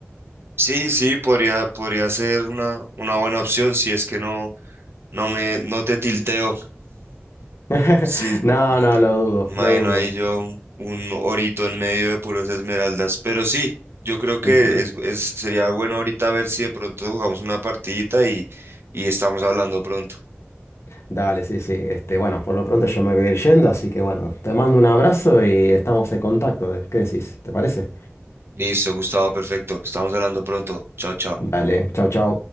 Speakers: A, on the right; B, on the left.
A: Sí, sí, podría, podría ser una, una buena opción si es que no, no me, no te tilteo.
B: <laughs>
A: Sí,
B: No, no, lo dudo,
A: imagino
B: lo dudo.
A: ahí yo un, un orito en medio de puros esmeraldas. Pero sí, yo creo que
B: <laughs>
A: es, es- sería bueno ahorita ver si de pronto jugamos una partidita y, y estamos hablando pronto.
B: Dale, sí, sí. Este, bueno, por lo pronto yo me voy a ir yendo, así que bueno, te mando un abrazo y estamos en contacto. ¿Qué decís? ¿Te parece?
A: Listo, Gustavo, perfecto. Estamos hablando pronto. Chao, chao.
B: Dale, chau, chau.